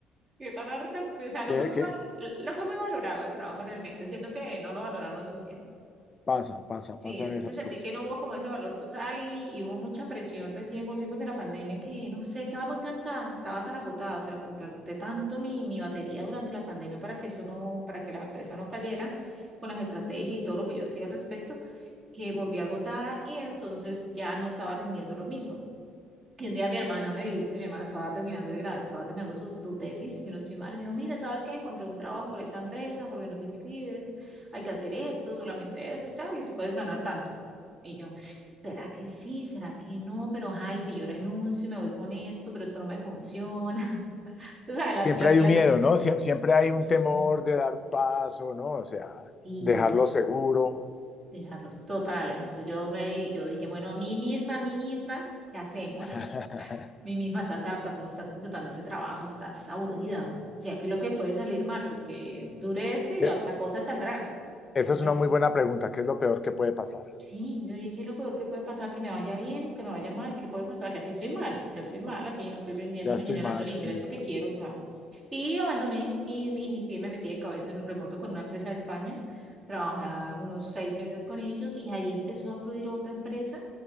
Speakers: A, on the right; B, on the left.
A: Que tan harta, o sea, no
B: ¿qué,
A: fue muy
B: qué
A: val- no fue muy valorado el trabajo realmente. Siento que no lo valoraron lo suficiente.
B: pasa? Pasa,
A: Sí,
B: pasan
A: entonces
B: esas
A: sentí
B: cosas.
A: que no hubo como ese valor total y, y hubo mucha presión. Recién volvimos de la pandemia que, no sé, estaba muy cansada, estaba tan agotada, o sea, como que agoté tanto mi, mi batería durante la pandemia para que eso no, para que la empresa no cayera con las estrategias y todo lo que yo hacía al respecto, que volví agotada y entonces ya no estaba rindiendo lo mismo. Y un día mi hermana me dice, mi hermana estaba terminando de grado, estaba terminando sus, tu tesis, y no estoy mal, me dijo, mira, ¿sabes qué? Encontré un trabajo por esta empresa, porque no te inscribes, hay que hacer esto, solamente esto y tal, y tú puedes ganar tanto. Y yo, ¿será que sí? ¿Será que no? Pero, ay, si yo renuncio y me voy con esto, pero esto no me funciona. <laughs> Tú sabes, las,
B: Siempre
A: las,
B: hay
A: las,
B: un miedo, ¿no? Sie-
A: sí,
B: siempre hay un temor de dar un paso, ¿no? O sea,
A: sí,
B: dejarlo seguro.
A: dejarlos total. Entonces yo me, yo dije, bueno, a mí misma, a mí misma, ¿qué hacemos?
B: <laughs>
A: Mi hija, estás harta, tú no estás disfrutando este trabajo, estás aburrida. Ya que lo que puede salir mal, pues que dure este y
B: Eh,
A: otra cosa saldrá.
B: Esa
A: Dije
B: es
A: yo,
B: una muy buena pregunta. ¿Qué es lo peor que puede pasar?
A: sí, yo dije, ¿qué es lo peor que puede pasar? Que me vaya bien, que me vaya mal, ¿qué puede pasar? Ya aquí estoy mal, ya estoy mal, aquí no estoy rindiendo
B: Ya
A: ni
B: estoy
A: generando
B: mal,
A: el ingreso
B: sí.
A: que quiero, o sea. Y abandoné y me inicié, me metí de cabeza en el remoto con una empresa de España. Trabajé unos seis meses con ellos y ahí empezó a fluir otra empresa